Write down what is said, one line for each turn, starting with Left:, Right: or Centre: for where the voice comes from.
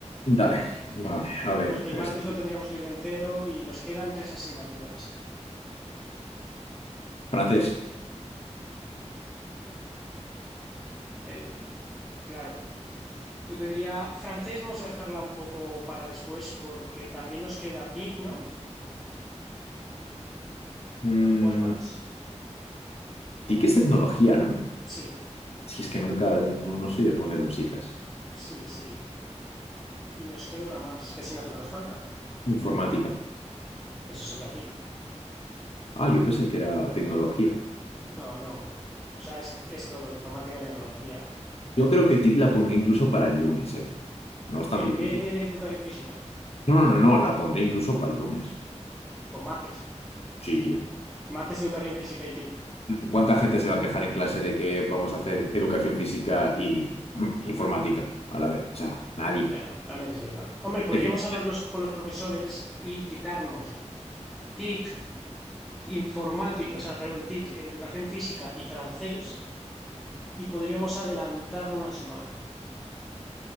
Left: Dale, vale, a ver,
Centre: porque el
Left: es-
Centre: martes lo tendríamos libre entero y nos quedan tres asignaturas.
Left: francés.
Centre: El, claro, yo te diría, francés vamos a dejarla un poco para después porque también nos queda TIC, ¿no?
Left: Mm,
Centre: ¿Y cuál más?
Left: TIC es tecnología, ¿no?
Centre: Sí,
Left: Si es que nunca, no, no soy de poner un SICAS.
Centre: sí, sí. Y nos queda una más. ¿Qué asignatura nos falta?
Left: Informática.
Centre: Eso sería TIC.
Left: Ah, yo pensé que era tecnología.
Centre: No, no. O sea, es, es todo, informática, tecnología.
Left: Yo creo que TIC la pondré incluso para el lunes, ¿eh? No es tan
Centre: En
Left: difícil.
Centre: vez de, de educación física,
Left: No, no, no, no, la pondré incluso para el lunes.
Centre: con mates.
Left: Sí, tío.
Centre: Mates, educación física y TIC.
Left: ¿Cuánta gente se va a quejar en clase de que vamos a hacer educación física y <clears throat> mm, informática a la vez? O sea, nadie.
Centre: Ya, también es verdad. Hombre, podríamos
Left: De que
Centre: hablar los- con los profesores y quitarnos TIC, informática, o sea, perdón, TIC, eh, educación física y francés, y podríamos adelantarlo una semana.